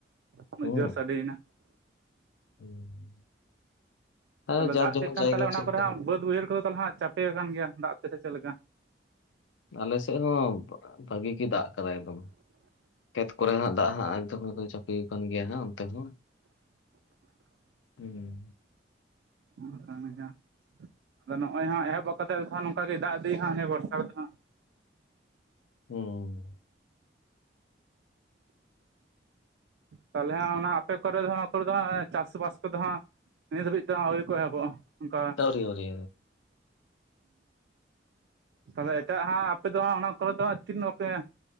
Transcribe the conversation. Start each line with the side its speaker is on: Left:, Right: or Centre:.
Right: ᱩᱱᱟᱹᱜ
Left: ᱦᱩᱸ
Right: ᱡᱳᱨ ᱥᱟᱰᱮᱭᱮᱱᱟ
Left: <inaudible> ᱦᱮᱸ
Right: ᱛᱟᱦᱞᱮ
Left: ᱡᱟᱨ
Right: ᱫᱟᱜ
Left: ᱡᱮᱢᱚᱱ
Right: ᱠᱮᱫ ᱠᱷᱟᱱ
Left: ᱡᱟᱭᱜᱟ
Right: ᱛᱟᱞᱮ ᱚᱱᱟ
Left: ᱪᱮᱫ
Right: ᱠᱚᱨᱮ
Left: ᱞᱮᱠᱟ
Right: ᱦᱟᱜᱽ ᱵᱟᱹᱫᱽ ᱵᱟᱹᱭᱦᱟᱹᱲ ᱠᱚᱫᱚ ᱛᱟᱞᱦᱮ ᱦᱟᱸᱟᱜ ᱪᱟᱯᱮ ᱠᱟᱱ ᱜᱮᱭᱟ ᱫᱟᱜᱽ ᱛᱮᱥᱮ ᱪᱮᱫ ᱞᱮᱠᱟ
Left: ᱟᱞᱮ ᱥᱮᱜ ᱦᱚᱸ ᱵᱷᱟᱜᱤ ᱜᱤ ᱫᱟᱜ ᱠᱟᱫᱟᱭ ᱮᱠᱫᱚᱢ ᱠᱷᱮᱛ ᱠᱚᱨᱮ ᱦᱟᱸᱜ ᱫᱟᱜ ᱦᱟᱸᱜ ᱮᱠᱫᱚᱢ ᱪᱟᱯᱮᱭᱟᱠᱟᱱ ᱜᱮᱭᱟ ᱦᱟᱸᱜ ᱚᱱᱛᱮ ᱦᱚᱸ ᱦᱩᱸ
Right: <unintelligible> ᱟᱫᱚ ᱱᱚᱜᱼᱚᱭ ᱦᱟᱸᱜ ᱮᱦᱚᱵ ᱠᱟᱛᱮ ᱱᱚᱝᱠᱟ ᱜᱮ ᱫᱟᱜ ᱤᱫᱤᱭ ᱦᱟᱸᱜ ᱱᱤᱭᱟ ᱵᱚᱨᱥᱟ ᱨᱮᱫᱚ ᱦᱟᱸᱜ
Left: ᱦᱩᱸ
Right: ᱛᱟᱦᱞᱮ ᱦᱟᱸᱜ ᱚᱱᱟ ᱟᱯᱮ ᱠᱚᱨᱮ ᱫᱚ ᱦᱟᱸᱜ <unintelligible> ᱠᱚ ᱫᱚ ᱪᱟᱥᱵᱟᱥ ᱠᱚᱫᱚ ᱦᱟᱸᱜ ᱱᱤᱭᱟ. ᱫᱷᱟᱹᱵᱤᱡ ᱛᱮ ᱟᱹᱣᱨᱤ ᱠᱚ ᱮᱦᱚᱵᱚᱜᱼᱟ ᱚᱱᱠᱟ
Left: ᱟᱹᱣᱨᱤ ᱟᱹᱣᱨᱤ
Right: ᱛᱟᱦᱞᱮ ᱮᱴᱟᱜ ᱦᱟᱸᱜ ᱟᱯᱮ ᱫᱚ ᱦᱟᱸᱜ ᱚᱱᱟ ᱠᱚᱨᱮ ᱫᱚ ᱦᱟᱸᱜ ᱛᱤᱱ <unintelligible>